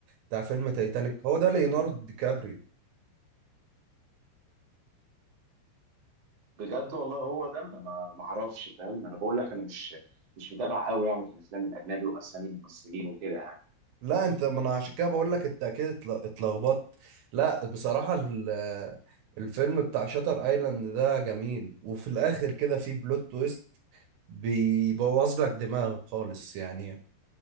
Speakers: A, on the right; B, on the right.
A: بتاع فيلم تايتانيك هو ده ليوناردو دي كابريو
B: بجد والله هو ده انا ما ما اعرفش فاهم انا بقول لك انا مش مش متابع قوي يعني في الافلام الاجنبي واسامي الممثلين وكده يعني
A: لا انت ما انا عشان كده بقول لك انت اكيد اتل- اتلخبطت لا بصراحة ال- الفيلم بتاع شاتر ايلاند ده جميل وفي الاخر كده في بلوت تويست بيبوظ لك دماغك خالص يعني